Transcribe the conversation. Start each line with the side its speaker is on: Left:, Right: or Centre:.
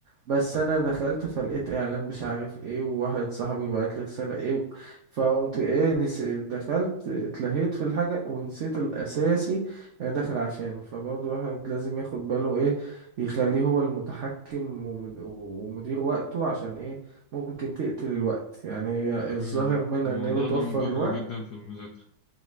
Right: بس انا دخلت فلقيت اعلان مش عارف ايه وواحد صاحبي بعت لي رساله ايه فقمت ايه نس... دخلت اتلهيت في الحاجه ونسيت الاساسي انا داخل عشانه فبرضه الواحد لازم ياخد باله ايه يخليه هو المتحكم ومد... ومدير وقته عشان ايه ممكن تقتل الوقت يعني هي الظاهر
Left: امم
Right: منها
Left: الموضوع
Right: ان هي بتوفر
Left: ده مضر
Right: الوقت
Left: جدا في المذاكرة